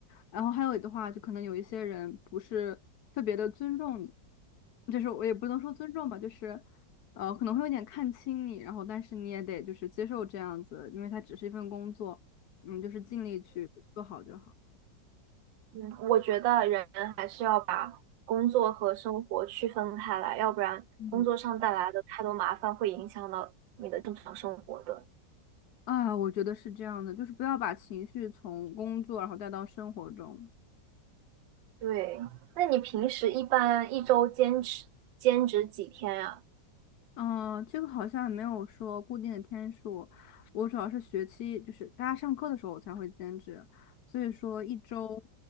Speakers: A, on the left; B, on the right.
A: 然后还有的话，就可能有一些人不是特别的尊重你，就是我也不能说尊重吧，就是呃可能会有点看轻你，然后但是你也得就是接受这样子，因为它只是一份工作，嗯，就是尽力去做好就好。
B: 嗯，我觉得人还是要把工作和生活区分开来，要不然工作上带来的太多麻烦会影响到你的正常生活的。
A: 嗯。啊，我觉得是这样的，就是不要把情绪从工作然后带到生活中。
B: 对，那你平时一般一周兼职兼职几天呀？
A: 嗯，这个好像没有说固定的天数，我主要是学期，就是大家上课的时候我才会兼职，所以说一周